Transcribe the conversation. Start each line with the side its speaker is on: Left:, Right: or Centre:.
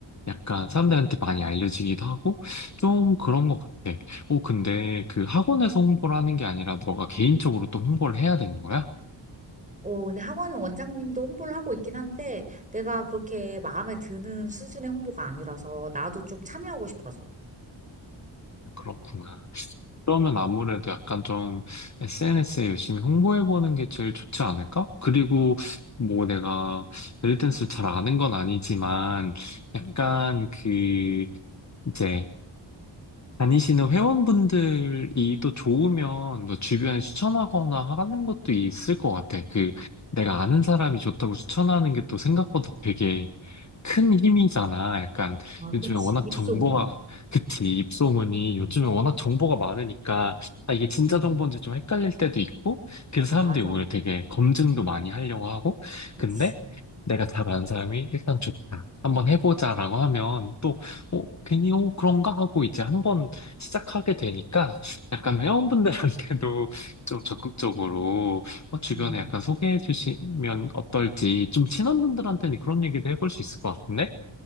Left: 약간
Right: 응.
Left: 사람들한테 많이 알려지기도 하고 좀 그런 것 같아. 오, 근데 그 학원에서 홍보를 하는 게 아니라 너가 개인적으로 또 홍보를 해야 되는 거야?
Right: 어, 근데 학원 원장님도 홍보를 하고 있긴 한데, 내가 그렇게 마음에 드는 수준의 홍보가 아니라서, 나도 좀 참여하고 싶어서.
Left: 그렇구나. 그러면 아무래도 약간 좀 SNS에 열심히 홍보해보는 게 제일 좋지 않을까? 그리고 뭐 내가 벨리댄스를 잘 아는 건 아니지만 음. 약간 그 이제 다니시는 회원분들이 또 좋으면 너 주변에 추천하거나 하는 것도 있을 것 같아. 그 내가 아는 사람이 좋다고 추천하는 게 또 생각보다 되게 큰 힘이잖아. 약간
Right: 아,
Left: 요즘에
Right: 그치.
Left: 워낙
Right: 입소문.
Left: 정보가, 그치, 입소문이 요즘에 워낙 정보가 많으니까 아, 이게 진짜
Right: 응,
Left: 정보인지 좀 헷갈릴 때도 있고 그래서 사람들이
Right: 맞아,
Left: 오히려
Right: 맞아.
Left: 되게 검증도 많이 하려고 하고
Right: 그치.
Left: 근데 내가 잘 아는 사람이 일단 좋다. 한번 해보자라고 하면 또 어, 괜히, 어, 그런가? 하고 이제 한번 시작하게 되니까 약간 회원분들한테도
Right: 응,
Left: 좀 적극적으로 어, 주변에
Right: 응.
Left: 약간 소개해 주시면 어떨지 좀 친한 분들한테는 그런 얘기도 해볼 수 있을 것 같은데?